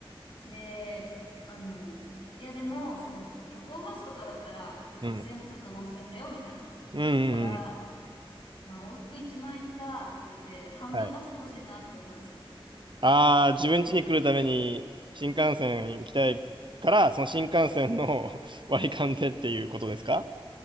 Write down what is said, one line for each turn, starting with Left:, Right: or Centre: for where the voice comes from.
Left: で、あの、いやでも、その、夜行バスとかだったら4000円とか5000円だよみたいな言ったら、
Right: うん。うん。うん。
Left: まあ往復1万円かって言われて、半分出してほしいなって言われたんですよ。
Right: はい。ああ、自分家に来るために新幹線行きたいから、その新幹線の <laughs> 割り勘でっていうことですか